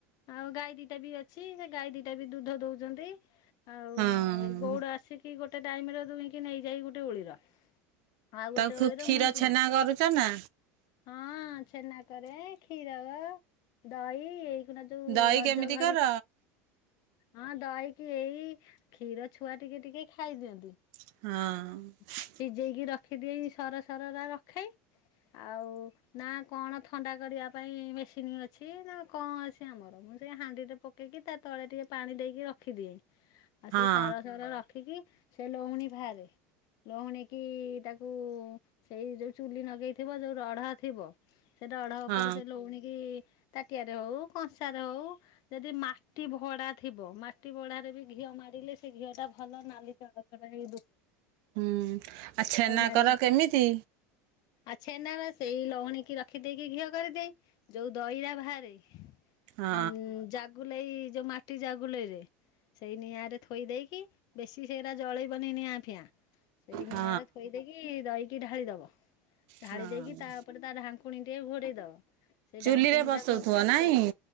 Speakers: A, on the left; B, on the right.
A: ଆଉ ଗାଈ ଦିଟା ବି ଅଛି ସେ ଗାଈ ଦିଟା ବି ଦୁଧ ଦଉଛନ୍ତି! ଆଉ
B: ହଁ।
A: ଏ ଗଉଡ ଆସିକି ଗୋଟେ ଟାଇମ ର ଦୁଇଁକି ନେଇଯାଇ ଗୋଟେ ଉଳିର ଆଉ ଗୋଟେ
B: ତାକୁ
A: ଓଳିର
B: କ୍ଷୀର
A: ମହୁ ଦୁନ୍ତି
B: ଛେନା କରୁଛ ନା
A: ହଁ ଛେନା କରେ କ୍ଷୀର ଦହି ଏଇ ନା ଯୋଉ
B: ଦହି
A: ରଜ
B: କେମିତି
A: ଘଡି
B: କର?
A: ହଁ ଦହିକି ଏଇ କ୍ଷୀର ଛୁଆ ଟିକେ ଟିକେ ଖାଇଦିଅନ୍ତି
B: ହଁ
A: ଆଉ ସିଝେଇକି ରଖିଦିଏ ସର ସର ଟ ରଖେ ଆଉ ନା କଣ ଥଣ୍ଡା କରିବା ପାଇଁ ମେସିନ୍ ଅଛି ନା କଣ ଅଛି ଆମର ମୁଁ ସେ ହାଣ୍ଡିରେ ପକେଇକି ତା ତଳେ ଟିକେ ପାଣି ଦେଇକି ରଖିଦିଏ ଆଉ
B: ହଁ
A: ସେ ସାରା ସାର ରଖିକି ସେ ଲଉଣୀ ଫହାରେ ଲହୁଣୀ କି ତାକୁ ସେଇ ଯୋଉ ଚୁଲି ନଗେଇଥିବ ଯୋଉ ରଢା ଥିବ ସେ ଡଢ ଉପରେ
B: ହଁ
A: ସେ ଲଉଣିକି ତାଟିଆରେ ହଉ କଂସାରେ ହଉ ଯଦି ମାଟି ଭଡା ଥିବ ମାଟି ଭଡାରେ ବି ଘିଅ ମ ଲେ ସେ ଘିଅ ଟା ଭଲ ନାଲି ଚଳଛ ହେଇୁ
B: ହୁଁ, ଆଉ ଛେନା
A: ମାରି
B: କର କେମିତି?
A: ଆଉ ଛେନା ବା ସେଇ ଲହୁଣୀ କି ରଖିଦେଇକି ଘିଅ କରିଦେଇ ଯୋଉ ଦହିରା ବାହାରେ
B: ହଁ
A: ଉଁ ଜାଗୁଲେଇ ଯୋଉ ମାଟି ଜାଗୁଲେଇରେ ସେଇ ନିିଆରେ ଥୋଇ ଦେଇେଇକି ବେଶି ସେଇଟା ଜଳେଇବନି ନିଆଁ ଫିଆଁ ସେଇ ନିଆଁ
B: ହଁ
A: ରେ ଥୋଇ ଦେଇକି ଦେଇକି ଢାଳି ଦବ ଢାଳି
B: ହଁ
A: ଦେଇକି ତାପରେ ତା ଢାଙ୍କୁଣୀ ଟିକେ ଘୋଡ଼େଇ ଦବ ସେଇ
B: ଚୁଲିରେ
A: ଢାଙ୍କୁଣୀ
B: ବସଉଥିବ
A: ଟା ଘୋ
B: ନାଇଁ